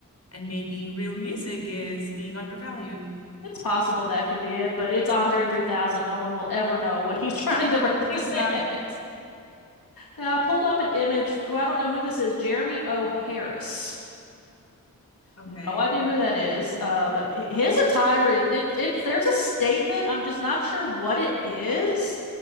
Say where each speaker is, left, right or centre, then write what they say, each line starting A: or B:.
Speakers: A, on the left; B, on the left.
A: and maybe real music is being undervalued.
B: It's possible that could be it, but it's Andre 3000. No one will ever know what he's <laughs> trying to represent.
A: Exactly.
B: Now, I pulled up an image. Who I don't know who this is, Jeremy O. Harris.
A: Okay.
B: No idea who that is. Uh, but h- his attire is it's it's there's a statement. I'm just not sure what it is.